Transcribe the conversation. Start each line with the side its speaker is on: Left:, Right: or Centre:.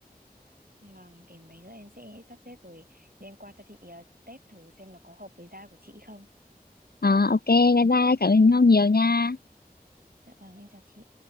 Right: vâng để mấy nữa em sẽ sắp xếp rồi đem qua cho chị ờ, test thử xem nó có hợp với da của chị không.
Left: à, ok bye bye cảm ơn Yến Ngọc nhiều nha
Right: Dạ vâng em chào chị.